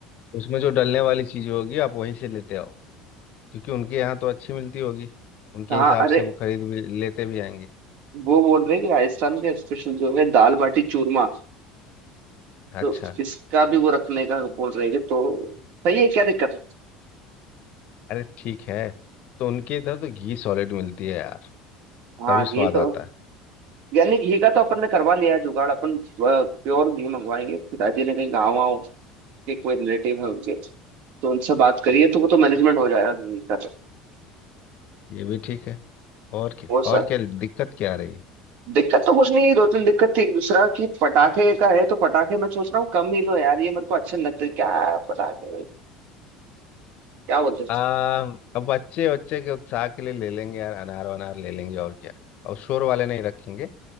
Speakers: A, on the left; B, on the right.
A: उसमें जो डलने वाली चीज होगी आप वहीं से लेते आओ क्योंकि उनके यहाँ तो अच्छी मिलती होगी उनके
B: हाँ
A: हिसाब
B: अरे
A: से वो खरीद भी लेते भी आएंगे
B: वो बोल रहे हैं कि राजस्थान का स्पेशल जो है दाल बाटी चूरमा तो
A: अच्छा
B: इसका भी वो रखने का बोल रहे हैं कि तो सही है क्या दिक्कत है
A: अरे ठीक है तो उनके इधर तो घी सॉलिड मिलती है यार
B: हाँ
A: तभी
B: ये
A: स्वाद
B: तो
A: आता है
B: यानी घी का तो अपन ने करवा लिया है जुगाड़ अपन प्योर घी मंगवाएंगे पिताजी ने कहीं गाँव वाँव के कोई रिलेटिव है उनके तो उनसे बात करिए तो वो तो मैनेजमेंट हो जाएगा घी का तो
A: ये भी ठीक है और क्या
B: वो सर
A: और क्या दिक्कत क्या आ रही है
B: दिक्कत तो कुछ नहीं है दो तीन दिक्कत थी एक दूसरा कि पटाखे का है तो पटाखे मैं सोच रहा हूँ कम ही लो यार ये मेरे को अच्छे नहीं लगते क्या पटाखे क्या बोलते हैं
A: आ, अब बच्चे बच्चे के उत्साह के लिए ले लेंगे यार अनार वनार ले लेंगे और क्या और शोर वाले नहीं रखेंगे